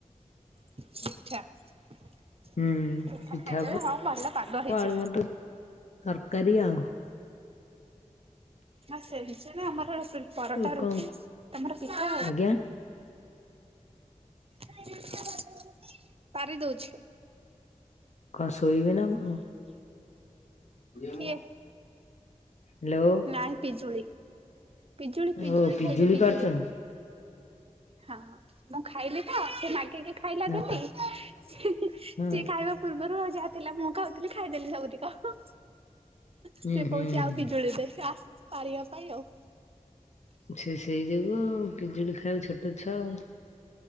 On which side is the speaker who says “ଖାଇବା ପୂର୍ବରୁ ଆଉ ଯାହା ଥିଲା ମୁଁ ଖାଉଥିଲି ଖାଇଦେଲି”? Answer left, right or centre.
Right